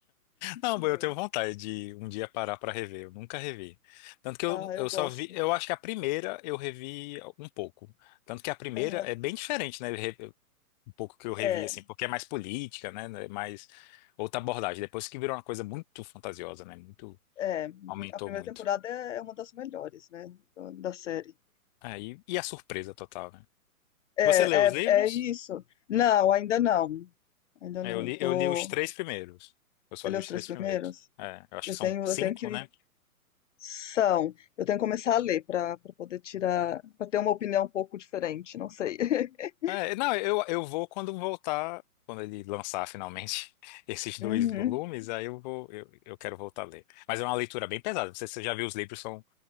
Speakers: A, on the left; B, on the left.
A: Não,
B: Hum.
A: eu tenho vontade de um dia parar pra rever. Eu nunca revi. Tanto que eu,
B: Ah,
A: eu
B: eu gosto.
A: só vi. Eu acho que a primeira eu revi um pouco. Tanto que a primeira
B: Aham.
A: é bem diferente, né? re- Um pouco que eu revi,
B: É,
A: assim, porque é mais política, né? É mais outra abordagem. Depois que virou uma coisa muito fantasiosa, né? Muito.
B: é, uhum.
A: Aumentou
B: a primeira
A: muito.
B: temporada é é uma das melhores, né, do- da série.
A: Aí, e a surpresa total, né?
B: É,
A: Você leu os
B: é,
A: livros?
B: é isso. Não, ainda não. Ainda
A: É,
B: não.
A: Eu li,
B: Eu tô.
A: eu li os três primeiros. Eu só
B: Você
A: li
B: leu
A: os
B: os três
A: três
B: primeiros?
A: primeiros. É, eu acho
B: Eu
A: que são
B: tenho,
A: cinco,
B: eu tenho que
A: né?
B: São. Eu tenho que começar a ler para para poder tirar, para ter uma opinião um pouco diferente, não sei. <laughs>
A: É, não, eu, eu vou quando voltar, quando ele lançar finalmente <laughs> esses dois
B: Uhum.
A: volumes, aí eu vou, eu, eu quero voltar a ler. Mas é uma leitura bem pesada. Você, você já viu os livros, são